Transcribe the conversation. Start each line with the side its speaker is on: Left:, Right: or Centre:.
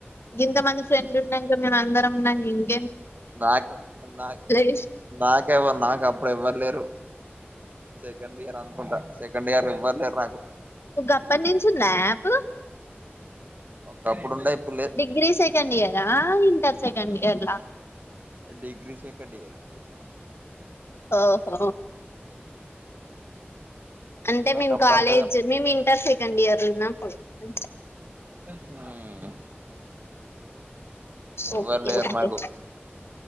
Left: ఇంతమంది ఫ్రెండ్లు ఉండంగా మేము అందరం ఉండంగా ఇంకేం
Right: నాక నా
Left: నీకు
Right: నాకేమన్నా నాకు అప్పుడు ఎవ్వరులేరు సెకండ్ ఇయర్ అనుకుంటా సెకండ్ ఇయర్ ఎవ్వరు లేరు నాకు
Left: ఓ గప్పట్నుంచి ఉందా ఆ అప్
Right: ఒకప్పుడు ఉండే ఇప్పుడు లేదు
Left: డిగ్రీ సెకండ్ ఇయరా ఇంటర్ సెకండ్ ఇయర్లా
Right: డిగ్రీ సెకండ్ ఇయరు
Left: ఓహో అంటే
Right: నాకు
Left: మేము
Right: అప్పుడు
Left: కాలేజ్
Right: అంతగా
Left: మేము ఇంటర్ సెకండ్ ఇయర్ లోఉన్నప్పుడు అ <unintelligible>
Right: హమ్ ఎవ్వర్లేరు
Left: ఓకే ఓకే
Right: నాకు